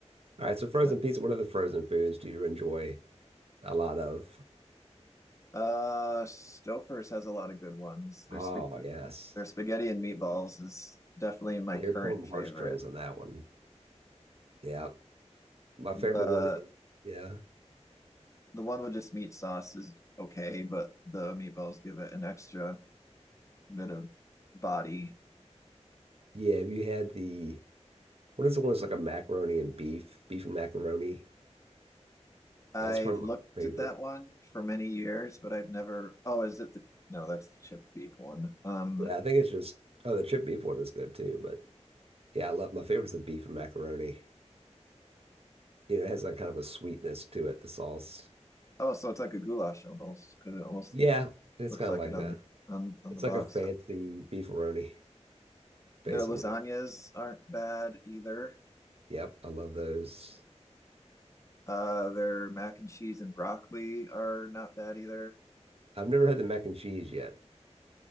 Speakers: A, on the right; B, on the left.
A: All right, so frozen
B: Yeah.
A: pizza, what other frozen foods do you enjoy a lot of?
B: Uh, Stouffer's has a lot of good ones. Their
A: Oh,
B: sp
A: yes.
B: their spaghetti and meatballs is definitely my
A: Yeah,
B: current
A: you're pulling my
B: favorite.
A: heartstrings on that one. Yeah. My
B: The
A: favorite one is, yeah.
B: the one with just meat sauce is okay, but the meatballs give it an extra bit of body.
A: Yeah, have you had the what is the one that's like a macaroni and beef, beef and macaroni?
B: I've
A: That's probably
B: looked
A: my favorite.
B: at that one for many years, but I've never. Oh, is it the? No, that's the chipped beef one. Um.
A: Yeah, I think it's just oh the chip beef one is good too, but yeah, I love my favorite's the beef and macaroni. You know, it has like kind of a sweetness to it, the sauce.
B: Oh, so it's like a goulash almost because it almost
A: Yeah, it's
B: looks
A: kind
B: like
A: of like
B: it on
A: that.
B: on on
A: It's
B: the box.
A: like a fancy beefaroni,
B: Their
A: basically.
B: lasagnas aren't bad either.
A: Yep, I love those.
B: Uh, their mac and cheese and broccoli are not bad either.
A: I've never had the mac and cheese yet.